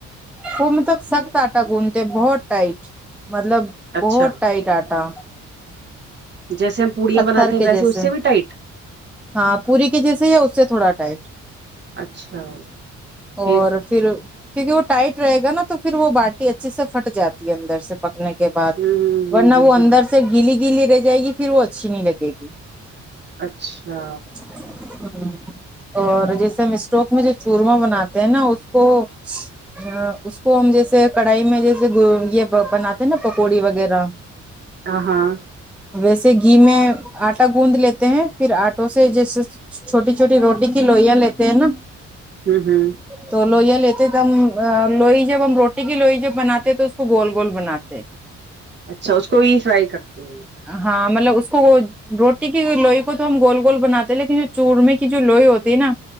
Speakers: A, in the centre; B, on the right (about 35°).
A: وہ مطلب سخت آٹا گوندتے بہت ٹائٹ مطلب
B: اچھا
A: بہت ٹائٹ آٹا
B: جیسے ہم پوریاں
A: پتھر
B: بناتے ہیں
A: کے
B: ویسے
A: جیسے
B: اس سے بھی ٹائٹ
A: ہاں پوری کے جیسے ہی اس سے تھوڑا ٹائٹ
B: اچھا پھر
A: اور پھر کیونکہ وہ ٹائٹ رہے گا نا تو پھر وہ باٹی اچھے سے پھٹ جاتی ہے اندر سے پکنے کے بعد
B: ہوں ہوں ہوں
A: ورنہ
B: ہوں
A: وہ اندر
B: ہوں
A: سے سب گیلی گیلی رہ جائے گی پھر وہ اچھی نہیں لگے گی
B: اچھا
A: <unintelligible> اور جیسے ہم اسٹوک میں جو چورما بناتے ہیں نا اس کو ھمم اس کو ہم جیسے کڑھائی میں جیسے یہ بناتے نا پکوڑی وغیرہ
B: ہاں
A: ویسے گھی میں آٹا گوند لیتے ہیں پھر آٹوں سے جیسے چھوٹی چھوٹی روٹی کی لوئیاں لیتے ہیں نا
B: ھمم ھمم
A: تو لوئیاں لیتے تو ہم لوئی جب ہم روٹی کی لوئی جب بناتے تو اس کو گول گول بناتے
B: اچھا اس کو بھی فرائی کرتے ہیں
A: ہاں مطلب اس کو روٹی کی لوئی کو تو ہم گول گول بناتے لیکن جو چورمے کی جو لوئی ہوتی ہے نا